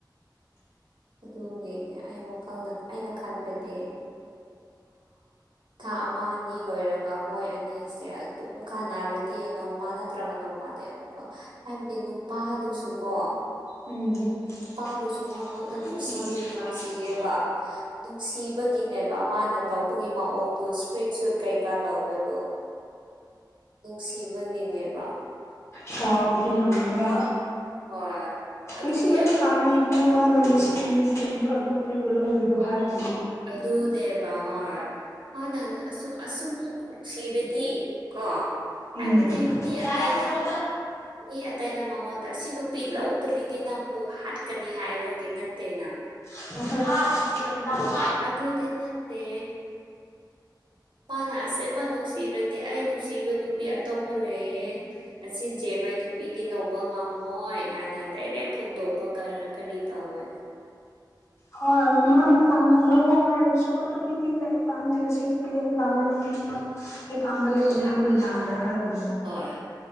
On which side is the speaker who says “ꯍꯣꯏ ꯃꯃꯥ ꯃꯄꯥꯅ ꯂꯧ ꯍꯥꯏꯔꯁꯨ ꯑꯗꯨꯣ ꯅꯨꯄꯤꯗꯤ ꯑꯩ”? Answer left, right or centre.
Left